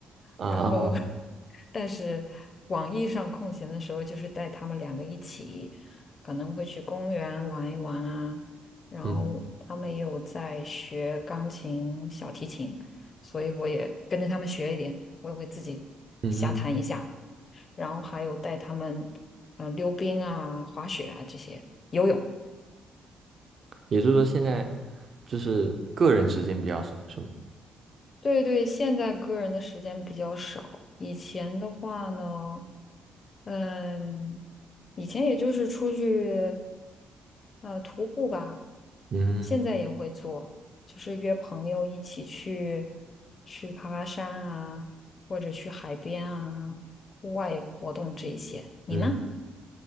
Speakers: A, on the right (about 45°); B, on the left (about 40°).
A: 啊哦
B: 然后，<laughs> 但是广义上空闲的时候，就是带他们两个一起，可能会去公园玩一玩啊，然后他们也有在学钢琴、
A: 嗯
B: 小提琴，所以我也跟着他们学一点，我也会自己瞎弹一下。
A: 嗯，
B: 然后还有带他们嗯，溜冰啊、滑雪啊这些，游泳。
A: 也就是说现在就是个人时间比较少，是吗？
B: 对对，现在个人的时间比较少，以前的话呢，嗯，以前也就是出去呃徒步吧，
A: 嗯
B: 现在也会做，就是约朋友一起去去爬爬山啊，或者去海边啊，户外活动这一些。你呢？
A: 嗯